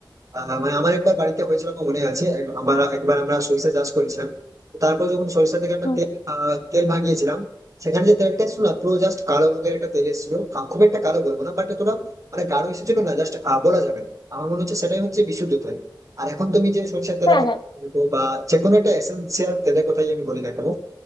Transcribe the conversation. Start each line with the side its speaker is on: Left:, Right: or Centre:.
Right: আহ, মানে আমার একবার বাড়িতে হয়েছিল আমার মনে আছে আমার একবার আমরা সরিষা চাষ করেছিলাম তারপর যখন সরিষা থেকে আমরা
Left: হুম,
Right: তেল আহ, তেল ভাঙিয়েছিলাম সেখানে যে তেলটা ছিল না পুরো জাস্ট কালো রঙের একটা তেল এসেছিল আহ, খুব একটা কালো বলবো না বাট এতটা মানে গাঢ় এসেছিল না জাস্ট বলা যাবে না আমার মনে হচ্ছে সেটাই হচ্ছে বিশুদ্ধ তেল আর এখন তুমি যে সরিষার তেলের
Left: হ্যাঁ
Right: কথা
Left: হ্যাঁ
Right: বলছো বা যে কোনো একটা এসেন্সিয়াল তেলের কথাই আমি বলি না কেন